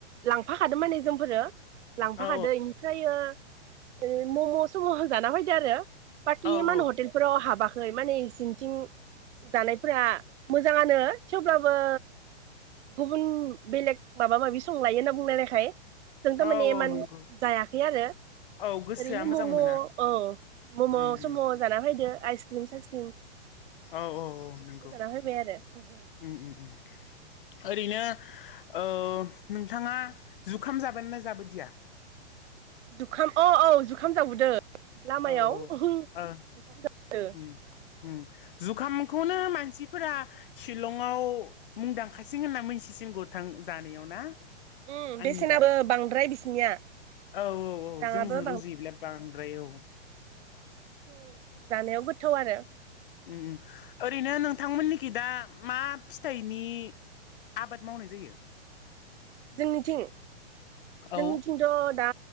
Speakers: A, on the right (about 80°); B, on the left (about 50°).
A: लांफाखादों माने जोंफोरो। लांफा
B: औ
A: खादो इनिफ्रायो ओ मम' सम' जाना फैदो आरो। बाखि
B: औ
A: इमान
B: ओं
A: हटेलफोराव हाबा खै माने इसिनथिं जानायफोरा मोजाङानो थेवब्लाबो गुबुन बेलेग माबा माबि संलायो होनना बुंलायनायखाय जों थारमाने
B: औ
A: इमान
B: औ नंगौ
A: जायाखै आरो।
B: औ गोसोआ
A: ओरैनो
B: मोजां
A: मम'औ
B: मोना
A: मम'
B: ओं
A: सम'
B: ओं
A: जाना फैदो आइसक्रिम साइसक्रिम। बेफोरखौ
B: औ औ औ नंगौ
A: जाना फैबाय आरो। <unintelligible>
B: उम उम उम ओरैनो ओ नोंथाङा जुखाम जाबोना जाबोदिया?
A: जुखाम अ औ जुखाम जाबोदो। लामायाव
B: औ
A: <unintelligible> जुखाम
B: ओं
A: जाबोदो।
B: उम उम जुखामखौनो मानसिफोरा शिलंआव मुंदांखासिं होनना मोनथिसिनगौ थां जानायाव ना?
A: उम
B: आंनिबा
A: बेसेनाबो बांद्राय बिसिनिया।
B: औ औ औ
A: राङाबो
B: जोंजों रुजुब्ला बांद्राय औ।
A: खिनथु जानायाव गोथाव आरो।
B: उम उम ओरैनो नोंथांमोननि कि दा मा फिथाइनि आबाद मावनाय जायो?
A: जोंनिथिं
B: औ
A: जोंनिथिंथ' दा